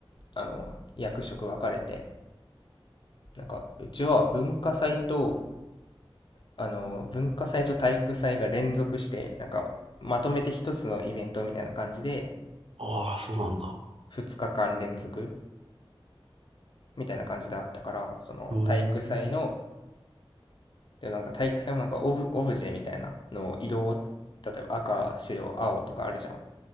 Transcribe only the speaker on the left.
あの、役職分かれて、なんか、うちは文化祭と、あの、文化祭と体育祭が連続して、なんか、まとめて一つのイベントみたいな感じで、
2日間連続みたいな感じであったから、その体育祭の
でもなんか体育祭もなんかオブ、オブジェみたいなのを色を、例えば赤、白、青とかあるじゃん。